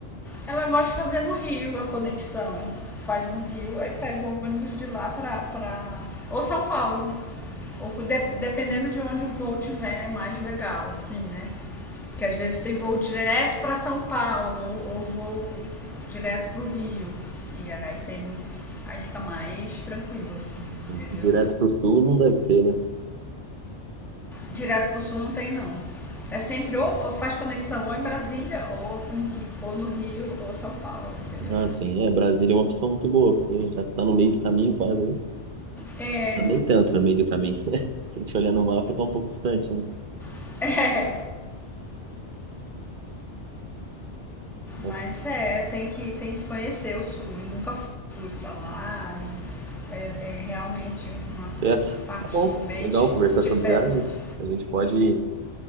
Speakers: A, in the centre; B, on the right (about 50°).
A: ela gosta de fazer no Rio a conexão. Faz no Rio, aí pega o ônibus de lá pra. pra... Ou São Paulo. Ou de- dependendo de onde o voo tiver, é mais legal, assim, né? Que às vezes tem voo direto para São Paulo ou, ou voo co- direto para o Rio. E aí tem. Aí fica mais tranquilo, assim, entendeu?
B: Direto pro sul não deve ter, né?
A: Direto para o sul não tem não. É sempre ou ou faz conexão ou em Brasília, ou, em Ri- ou no Rio, ou São Paulo, entendeu?
B: Ah, sim, é. Brasília é uma opção muito boa, porque já que tá no meio do caminho, quase aí.
A: É,
B: Não, Nem tanto no meio do caminho, <laughs> né? Se a gente olhar no mapa, tá um pouco distante, né?
A: <laughs> é.
B: Então,
A: Mas é, tem que, tem que conhecer o sul. Eu nunca fui para lá. e é, é realmente uma
B: Certo.
A: parte
B: Tá bom.
A: bem
B: Legal
A: di-
B: conversar
A: diferente.
B: sobre viagem. A gente pode